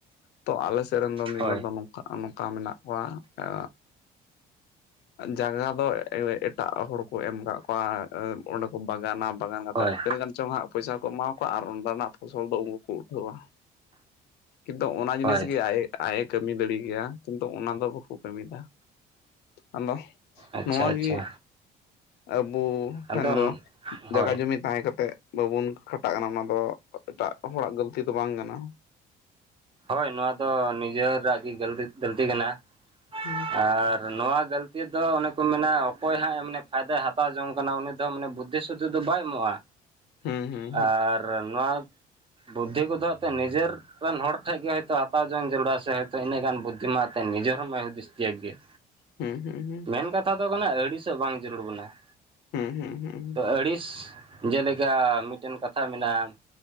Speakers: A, on the left; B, on the right.
A: ᱛᱚ ᱟᱞᱮ ᱥᱮᱫ ᱨᱮᱱ ᱫᱚ ᱢᱤᱫ
B: ᱦᱳᱭ
A: ᱵᱟᱨ ᱫᱚ ᱱᱚᱝᱠᱟ ᱟ ᱱᱚᱝᱠᱟ ᱢᱮᱱᱟᱜ ᱠᱚᱣᱟ ᱟ ᱛᱚ ᱡᱟᱭᱜᱟ ᱫᱚ ᱮ-ᱮ-ᱮᱴᱟᱜ ᱦᱚᱲ ᱠᱚ ᱮᱢ ᱠᱟᱜ ᱠᱚᱣᱟ ᱚᱸᱰᱮ ᱠᱚ ᱵᱟᱜᱟᱱᱟ᱾ ᱵᱟᱜᱟᱱ ᱠᱟᱛᱮᱜ
B: ᱦᱳᱭ
A: ᱛᱤᱱᱟᱹᱜ ᱜᱟᱱ ᱪᱚᱝ ᱦᱟᱸᱜ ᱯᱩᱭᱥᱟᱹ ᱠᱚ ᱮᱢᱟᱣᱟ ᱠᱚᱣᱟ ᱟᱨ ᱚᱸᱰᱮᱱᱟᱜ ᱯᱷᱚᱥᱚᱞ ᱫᱚ ᱩᱱᱠᱩ ᱠᱚ ᱩᱴᱷᱟᱹᱣᱟ᱾ ᱠᱤᱱᱛᱩ ᱚᱱᱟ ᱡᱤᱱᱤᱥ
B: ᱦᱳᱭ
A: ᱜᱮ ᱟᱡ-ᱮ ᱟᱡ ᱮ ᱠᱟᱹᱢᱤ ᱫᱟᱲᱮ ᱠᱮᱭᱟ ᱠᱤᱱᱛᱩ ᱚᱱᱟ ᱫᱚ ᱵᱟᱠᱚ ᱠᱟᱹᱢᱤᱣ ᱫᱟ᱾ ᱟᱫᱚ
B: ᱟᱪᱪᱷᱟ
A: ᱱᱚᱣᱟ
B: ᱟᱪᱪᱷᱟ
A: ᱜᱮ ᱟᱹᱵᱚ ᱴᱷᱮᱱ
B: ᱟᱫᱚ
A: ᱫᱚ ᱡᱟᱭᱜᱟ
B: ᱦᱳᱭ
A: ᱡᱚᱢᱤ ᱛᱟᱦᱮᱸ ᱠᱟᱛᱮᱜ ᱵᱟᱵᱚᱱ ᱠᱷᱟᱴᱟᱜ ᱠᱟᱱᱟ ᱚᱱᱟ ᱫᱚ ᱮᱴᱟᱜ ᱦᱚᱲᱟᱜ ᱜᱟᱹᱞᱛᱤ ᱫᱚ ᱵᱟᱝ ᱠᱟᱱᱟ᱾
B: ᱦᱳᱭ ᱱᱚᱣᱟ ᱫᱚ ᱱᱤᱡᱮᱨᱟᱜ ᱜᱮ ᱜᱟᱹᱞᱛᱤ ᱜᱟᱹᱞᱛᱤ ᱠᱟᱱᱟ᱾
A: ᱦᱩᱸ᱾
B: ᱟᱨ ᱱᱚᱣᱟ ᱜᱟᱹᱞᱛᱤ ᱫᱚ ᱚᱱᱮ ᱠᱚ ᱢᱮᱱᱟ ᱚᱠᱚᱭ ᱦᱟᱸᱜ ᱮ ᱢᱟᱱᱮ ᱯᱷᱟᱭᱫᱟᱭ ᱦᱟᱛᱟᱣ ᱡᱚᱝ ᱠᱟᱱᱟ ᱩᱱᱤ ᱫᱚ ᱢᱟᱱᱮ ᱵᱩᱫᱽ <inaudible> ᱛᱮᱫᱚ ᱵᱟᱭ ᱮᱢᱚᱜᱼᱟ᱾
A: ᱦᱩᱸ ᱦᱩᱸ ᱦᱩᱸ
B: ᱟᱨ ᱱᱚᱣᱟ ᱵᱩᱫᱽᱫᱷᱤ ᱠᱚᱫᱚ ᱦᱟᱸᱜ ᱮᱛᱮ ᱱᱤᱡᱮᱨ ᱨᱮᱱ ᱦᱚᱲ ᱴᱷᱮᱱ ᱜᱮ ᱦᱭᱛᱳ ᱟᱛᱟᱣ ᱡᱚᱝ ᱡᱟᱹᱨᱩᱲᱟ ᱥᱮ ᱦᱳᱭᱛᱳ ᱤᱱᱟᱹᱜ ᱜᱟᱱ ᱵᱩᱫᱽᱫᱷᱤ ᱢᱟ ᱮᱛᱮᱱ ᱱᱤᱡᱮᱨ ᱦᱚ ᱵᱟᱭ ᱦᱩᱫᱤᱥ ᱛᱤᱭᱟᱹᱜ ᱜᱮᱭᱟ᱾
A: ᱦᱩᱸ ᱦᱩᱸ ᱦᱩᱸ᱾
B: ᱢᱮᱱ ᱠᱟᱛᱷᱟ ᱫᱚ ᱠᱟᱱᱟ ᱟᱹᱲᱤᱥᱚᱜ ᱵᱟᱝ ᱡᱟᱹᱨᱩᱲ ᱵᱚᱱᱟ᱾
A: ᱦᱩᱸ ᱦᱩᱸ ᱦᱩᱸ
B: ᱛᱚ ᱟᱹᱲᱤᱥ ᱡᱮᱞᱮᱠᱟ ᱢᱤᱫᱴᱮᱱ ᱠᱟᱛᱷᱟ ᱢᱮᱱᱟᱜᱼᱟ